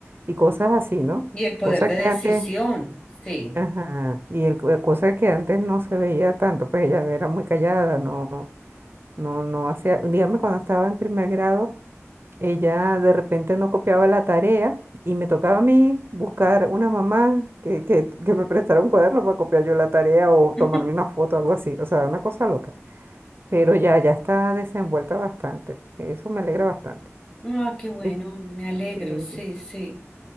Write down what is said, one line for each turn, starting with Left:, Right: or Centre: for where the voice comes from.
Right: y cosas así, ¿no?
Left: Y el poder
Right: Cosas
Left: de
Right: que
Left: decisión,
Right: antes...
Left: sí.
Right: Ajá, y el, cu- cosa que antes no se veía tanto, pues ella era muy callada, no, no, no hacía, dígame cuando estaba en primer grado, ella de repente no copiaba la tarea y me tocaba a mí buscar una mamá que, que, que me prestara un cuaderno para copiar yo la tarea o tomarle
Left: <laughs>
Right: una foto, algo así, o sea, una cosa loca, pero ya, ya está desenvuelta bastante, eso me alegra bastante.
Left: Ah, qué bueno,
Right: Eh,
Left: me alegro,
Right: Sí,
Left: sí,
Right: sí.
Left: sí.